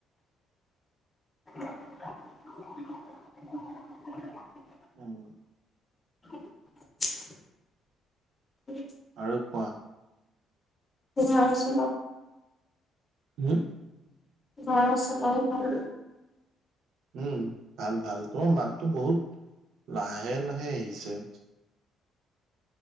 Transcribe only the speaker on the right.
উম।
আৰু কোৱা।
হম।
উম ভাল ভাল তোমাৰ মাততো বহুত লাহে লাহে আহিছে।